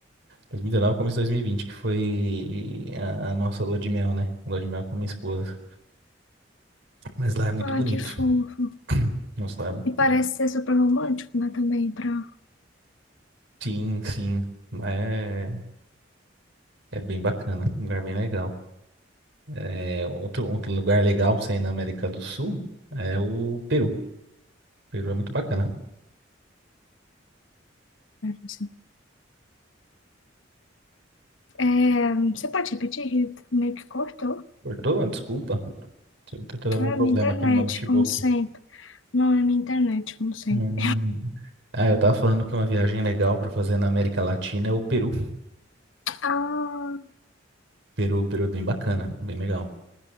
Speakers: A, on the right; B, on the left.
A: 2019 começo de 2020, que foi a, a nossa lua de mel, né? Lua de mel com minha esposa. Mas lá é muito
B: Ai,
A: bonito.
B: que fofo.
A: <clears throat> Nossa, lá é...
B: E parece ser super romântico, né? Também para.
A: sim, sim. Lá é, é bem bacana, um lugar bem legal. É, outro, outro lugar legal pra você ir na América do Sul é o Peru. O Peru é muito bacana.
B: Assim. É, você pode repetir? que Meio que cortou.
A: Cortou? Desculpa. Tô tentando algum
B: Não
A: problema
B: é minha internet,
A: aqui no meu notebook.
B: como sempre. Não é minha internet, como sempre.
A: É, né? Ah, eu tava falando que uma viagem legal pra fazer na América Latina é o Peru.
B: Ah,
A: Peru, Peru é bem bacana, bem legal.